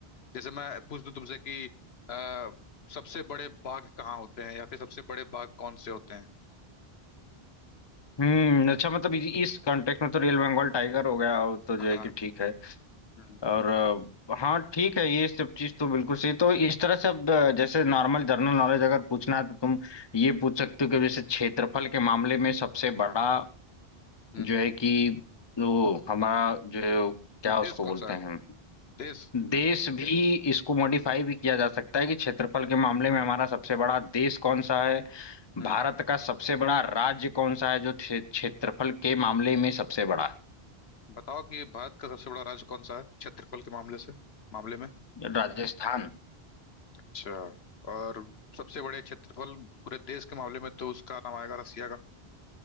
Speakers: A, on the left; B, on the left.
A: जैसे मैं पूछ दूं तुमसे कि आ, सबसे बड़े बाघ कहाँ होते हैं या फिर सबसे बड़े बाघ कौन से होते हैं
B: हम्म अच्छा मतलब इ- इस कॉन्टेक्स्ट में तो रियल बंगाल टाइगर हो गया वो तो जो
A: हाँ
B: है कि ठीक है
A: हम्म
B: और अ, हाँ ठीक है ये सब चीज तो बिल्कुल सही तो इस तरह से अब अ, जैसे नॉर्मल जनरल नॉलेज अगर पूछना है तो तुम ये पूछ सकते हो कि जैसे क्षेत्रफल के मामले में सबसे बड़ा
A: हम्म
B: जो है कि वो हमारा जो क्या उसको
A: देश
B: बोलते
A: कौन सा है
B: हैं
A: देश
B: देश भी इसको मॉडिफाई भी किया जा सकता है कि क्षेत्रफल के मामले में हमारा सबसे बड़ा देश कौन सा है
A: हम्म
B: भारत का सबसे बड़ा राज्य कौन सा है जो क्षे- क्षेत्रफल के मामले में सबसे बड़ा
A: बताओ कि भारत का सबसे बड़ा राज्य कौन सा है क्षेत्रफल के मामले से मामले में
B: है? राजस्थान
A: अच्छा और सबसे बड़े क्षेत्रफल पूरे देश के मामले में तो उसका नाम आएगा रसिया का